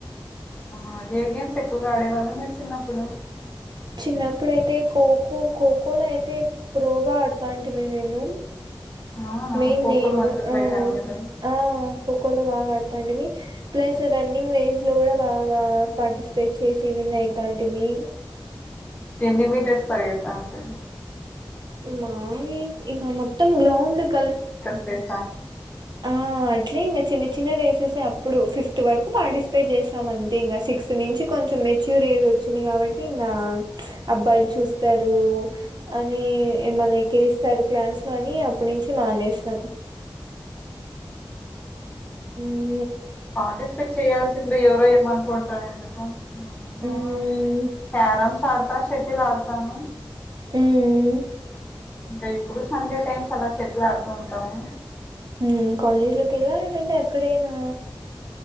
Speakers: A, on the left (about 15°); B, on the right (about 50°).
A: ఆ ఏ గేమ్స్ ఎక్కువగా ఆడేవాళ్ళు మీర్ చిన్నప్పుడు
B: చిన్నప్పుడైతే కోకో కోకోలో అయితే ప్రోగా అడ్తంటిని నేను
A: అవునా
B: మెయిన్
A: ఖోఖోలో
B: నేను
A: మంచి ప్లేయరా
B: ఆ
A: మీరు
B: ఆ కోకో లో బాగా ఆడుతాంటిమీ ప్లస్ రన్నింగ్ ర లో కూడా బాగా పార్టిసిపేట్ చేసి విన్ అయ్ తాంటిమీ
A: ఎన్ని మీటర్స్ పరిగెత్తా ఉంటారు
B: మానే ఇంగ మొత్తం గ్రౌండు కల్
A: రెస
B: ఆ అట్లేగా చిన్న చిన్న రేసెస్ అప్పుడు ఫిఫ్త్ వరకు పార్టిసిపేట్ చేసాం. అంతే ఇంకా సిక్స్త్ నుంచి కొంచెం మెచ్యూర్ ఏజ్ వచ్చింది కాబట్టి ఇంగా అబ్బాయిలు చూస్. తరు అనీ ఎమన్న ఎక్కిరిస్తారు క్లాస్ లో అని అప్ నుంచి మానేస్నాన్ ఉమ్
A: పార్టిసిపేట్ చేయయాల్సిందే ఎవరో ఏమనుకుంటారనే ఎందుకు నేనా
B: హ్మ్.
A: క్యారమ్ తాడ్తా శెటిల్ ఆడ్తను
B: ఉమ్మ్మ్
A: అంటే ఇప్పుడు సండే టైమ్స్ అలా శెట్ల్ ఆడుతూ ఉంటాము
B: ఉమ్ కాలేజ్లో కెల్లా లేకుంటే ఎక్కడేనా